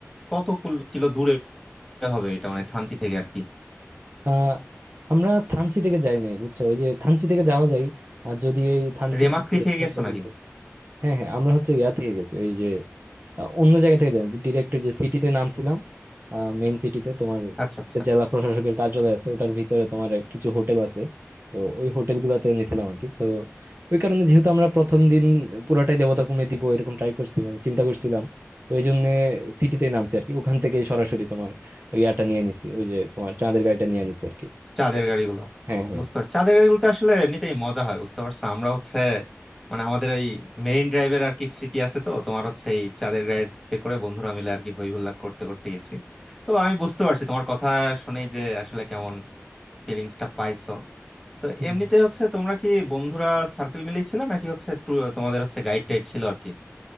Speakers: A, in the centre; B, on the right.
A: কত কুল- কিলো দূরে হবে এটা মানে থানচি থেকে আর কি
B: আহ আমরা থানচি থেকে যাই নাই বুঝছো ওই যে থানচি থেকে যাওয়া যায় আর যদি এই থানচির
A: রেমাক্রি
B: কিছু
A: থেকে
B: স্পট
A: গেছো
B: দখল
A: নাকি
B: করি হ্যাঁ হ্যাঁ আমরা হচ্ছে ইয়া থেকে গেছি ওই যে আহ, অন্য জায়গা থেকে যাই ডিরেক্ট যে সিটিতে নামছিলাম মেইন সিটিতে তোমার
A: আচ্ছা আচ্ছা
B: জেলা প্রশাসকের কার্যালয় আছে ওটার ভিতরে তোমার কিছু হোটেল আছে তো ওই হোটেল গুলাতে নিয়েছিলাম আর কি তো ওই কারণে যেহেতু আমরা প্রথম দিন পুরাটাই দেবতা কমে দিব এরকম ট্রাই করছি মানে চিন্তা করছিলাম তো ওই জন্য সিটিতে নামছি আর কি ওখান থেকে সরাসরি তোমার ওই ইয়াটা নিয়ে নিছি ওই যে তোমার চাঁদের গাড়িটা নিয়ে নিছি আর কি
A: চাঁদের গাড়িগুলো
B: হ্যাঁ হ্যাঁ
A: বুঝতে পারছি চাঁদের গাড়িগুলোতে আসলে এমনিতেই মজা হয় বুঝতে পারছো আমরা হচ্ছে মানে আমাদের ওই মেরিন ড্রাইভের আর কি স্মৃতি আছে তো তোমার হচ্ছে এই চাঁদের গাড়িতে করে বন্ধুরা মিলে আর কি হই হুল্লা করতে করতে গেছি তো আমি বুঝতে পারছি তোমার কথা শুনেই যে আসলে কেমন ফিলিংসটা পাইছো তো
B: হুম।
A: এমনিতে হচ্ছে তোমরা কি বন্ধুরা সার্কেল মিলেই ছিল নাকি হচ্ছে ট্যু- তোমাদের হচ্ছে গাইড টাইড ছিল আর কি